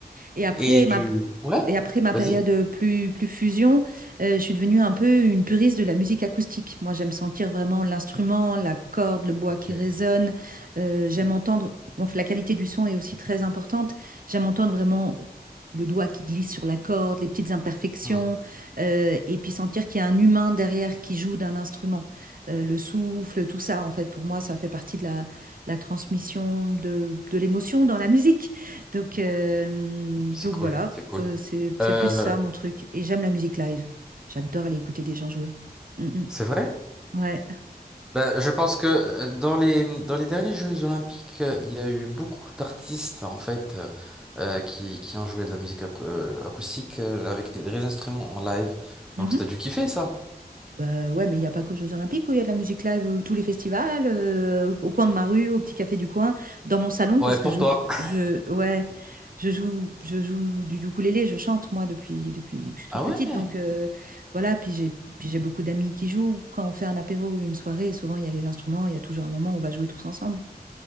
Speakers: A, on the right; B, in the centre.
A: Et après
B: Et du
A: ma,
B: ouais,
A: et après ma
B: vas-y.
A: période plus, plus fusion, euh, je suis devenue un peu une puriste de la musique acoustique. Moi, j'aime sentir vraiment l'instrument, la corde, le bois
B: Ok.
A: qui résonne. Euh, j'aime entendre, bon, la qualité du son est aussi très importante. J'aime entendre vraiment le doigt qui glisse sur la corde, les petites imperfections,
B: Hmm.
A: euh, et puis sentir qu'il y a un humain derrière qui joue d'un instrument. Euh, le souffle, tout ça, en fait, pour moi, ça fait partie de la, la transmission de, de l'émotion dans la musique. Donc, euh,
B: C'est
A: donc
B: cool,
A: voilà,
B: c'est cool.
A: Euh, c'est, c'est
B: Euh,
A: plus ça mon truc. Et j'aime la musique live. J'adore aller écouter des gens jouer. Mm, mm.
B: c'est vrai?
A: Ouais.
B: Bah, je pense que euh, dans les, dans les derniers Jeux Olympiques, euh, il y a eu beaucoup d'artistes en fait euh, euh, qui, qui ont joué de la musique acou- euh, acoustique euh, avec des vrais instruments en live.
A: Mhm.
B: Donc t'as dû kiffer ça.
A: Bah ouais, mais il n'y a pas que aux Jeux Olympiques où il y a de la musique live, euh, tous les festivals, euh, au coin de ma rue, au petit café du coin, dans mon salon,
B: Ouais,
A: parce
B: pour
A: que je,
B: toi. <laughs>
A: je, ouais, je joue, je joue du ukulélé, je chante moi depuis, depuis que je suis toute
B: Ah ouais,
A: petite. Donc euh, voilà, puis j'ai, puis j'ai beaucoup d'amis qui jouent. Quand on fait un apéro ou une soirée, souvent il y a les instruments, il y a toujours un moment où on va jouer tous ensemble.